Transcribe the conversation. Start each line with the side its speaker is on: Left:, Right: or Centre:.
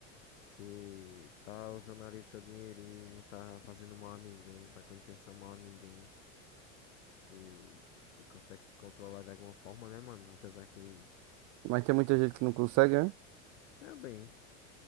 Left: Se tá usando ali seu dinheirinho, não tá fazendo mal a ninguém, não tá com intenção mal a ninguém e, e consegue se controlar de alguma forma, né, mano? Apesar que
Right: Mas tem muita gente que não consegue, né?
Left: também.